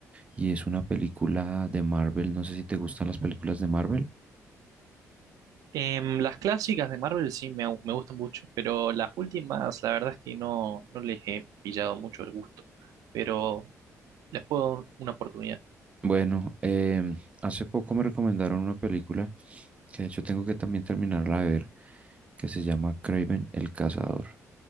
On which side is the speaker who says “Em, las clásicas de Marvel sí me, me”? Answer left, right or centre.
Right